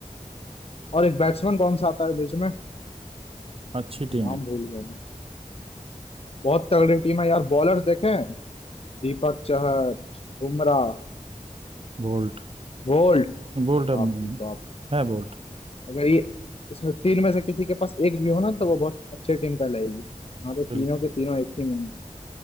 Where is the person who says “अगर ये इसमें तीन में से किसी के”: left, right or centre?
Left